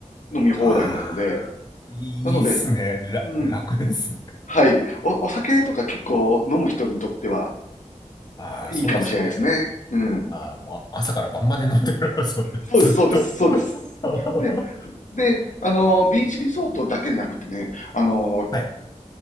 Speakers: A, on the left (about 75°); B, on the left (about 35°).
A: 飲み放題なので、
B: ああ、いいいっすね。
A: なので、
B: ら、
A: うん、
B: 楽ですね。
A: はい。お、お酒とか結構飲む人にとっては
B: ああ、
A: いいかもしれないですね。
B: そうですよね。
A: うん。
B: ああ、もう朝から晩まで飲んでる。<laughs> そうね、
A: そうです、
B: ずっと。
A: そうです、そうです。
B: <laughs>
A: で、で、あの、ビーチリゾートだけじゃなくてね、あの、
B: はい。